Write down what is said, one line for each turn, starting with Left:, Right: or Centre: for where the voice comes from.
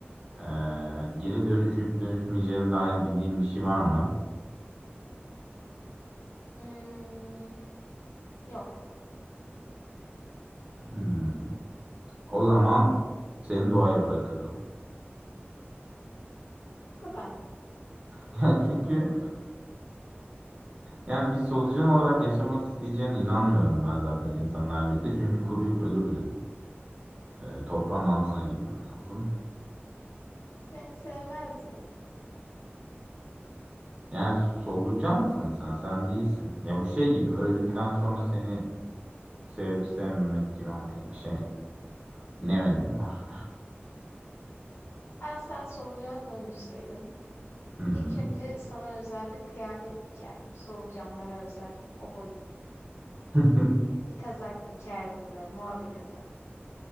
Right: Ee, geri dönüşüp dönüşmeyeceğine dair bildiğin bir şey var mı?
Left: Hmm, yok.
Right: Hmm. O zaman seni doğaya bırakırdım.
Left: Bu kadar.
Right: <laughs> Ya çünkü yani bir solucan olarak yaşamak isteyeceğine inanmıyorum ben zaten insanlar birlikte. Çünkü kuruyup ölürdün. Ee, toprağın altına girmen lazım.
Left: Beni sevmez miydi?
Right: Yani solucansın sen, sen değilsin. Ya bu şey gibi öldükten sonra seni sevip sevmemek gibi bir şey. Ne önemi var?
Left: Ben sen solucana dönüşseydim
Right: Hı.
Left: ilk önce sana özel bir kıyafet dikerdim. Solucanlara özel o boyut
Right: <laughs>
Left: bir kazak dikerdim böyle mor bir kazak.